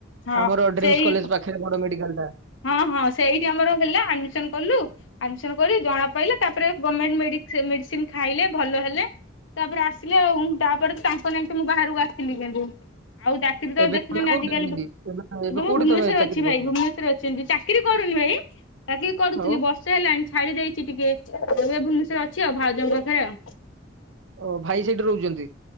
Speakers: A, on the left; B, on the right.
A: ହଁ
B: ଆମର
A: ସେଇ
B: ଡ୍ରିମ୍ସ କଲେଜ ପାଖରେ ବଡ ମେଡିକାଲ ଟା।
A: ହଁ ହଁ ସେଇଠି ଆମର ହେଲା ଆଡମିଶନ୍ କଲୁ ଆଡମିଶନ୍ କରି ଜଣାପାଇଲା ତାପରେ ଗମେଣ୍ଟ ମେଡି ସେ ମେଡିସିନ୍ ଖାଇଲେ ଭଲ ହେଲେ। ତାପରେ ଆସିଲେ ଆଉ ତାପରେ ତ ତାଙ୍କ ନେଇକି ମୁଁ ବାହାରକୁ ଆସିଥିଲି କିନ୍ତୁ। ଆଉ ଚାକିରି ତ
B: ଏବେ
A: ଦେଖୁଚନ୍ତି
B: ତମେ କୋଉଠି
A: ଆଜିକାଲି ଏବେ ମୁଁ
B: କୋଉଠି
A: ଭୁବନେଶ୍ଵର
B: ତମେ ଚାକିରି
A: ଅଛି ଭାଇ
B: କରୁଛ
A: ଭୁବନେ ରେ ଅଛନ୍ତି ଚାକିରି କରୁନି ଭାଇ ଚାକିରି କରୁଥିଲି
B: ଆଉ
A: ବର୍ଷ ହେଲାଣି ଛାଡି ଦେଇଚି ଟିକେ ଭୁବନେଶ୍ଵର ଅଛି ଆଉ ଭାଉଜଙ୍କ ପାଖରେ ଆଉ
B: ଓଁ ଭାଇ ସେଇଠି ରୋହୁଚନ୍ତି।